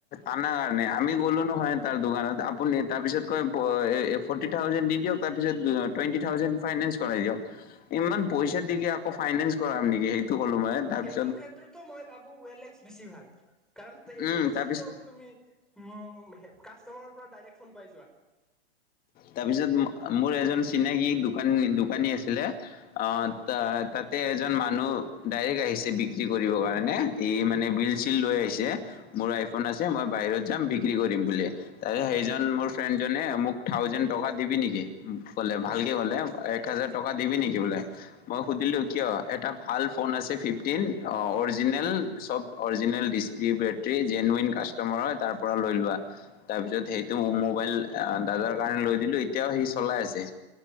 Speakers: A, on the left (about 25°); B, in the centre.
A: আনাৰ কাৰণে, আমি গ'লো নহয় তাৰ দোকানত, আপুনি তাৰপিছত কয় ফ'ৰ্টি থাউজেণ্ড দি দিয়ক তাৰপিছত টুৱেণ্টি থাউজেণ্ড ফাইনেন্স কৰাই দিয়ক। ইমান পইচা
B: উম।
A: দি কি আকৌ ফাইনেন্স কৰাম নেকি সেইটো ক'লো মই তিৰপি
B: সেইটো ক্ষেত্ৰতে মই ভাবো ওৱেলেক্স বেছি ভাল। কাৰণ এইটো
A: উম
B: বস্তুটো
A: তাৰপিছত
B: তুমি উম কাষ্টমাৰৰ পৰা ডাইৰেক্ট ফোন পাই যোৱা।
A: তাৰপিছত মোৰ এজন চিনাকি দোকানী- দোকানী আছিলে অ ত তাতে এজন মানুহ ডাইৰেক্ট আহিছে বিক্ৰী কৰিবৰ কাৰ ণে এই
B: উম।
A: মানে বিল চিল লৈ আহিছে মোৰ আইফন আছে মই বাহিৰত যাম বি বিক্ৰী কৰিম বুলি তাৰপিছত
B: হয়
A: সেইজন মোৰ ফ্ৰেণ্ডজনে মোক থাউজেণ্ড টকা দিবি নেকি কলে
B: উম
A: ভালকে ক'লে এক হোজাৰ টকা দিবি নেকি বোলে? মই সুধিলোঁ কিয় এটা ভাল ফোন আছে ফিফটিন অ অৰিজিনেল চব অৰিজিনেল ডিচ বেটৰী জেনুইন কাষ্টমাৰ হয় তাৰ পৰা লৈ লোৱা তাৰ পিছত সেইটো মোবাইল অ দাদাৰ কাৰণে লৈ দিলোঁ এতিয়াও সি চলাই আছে।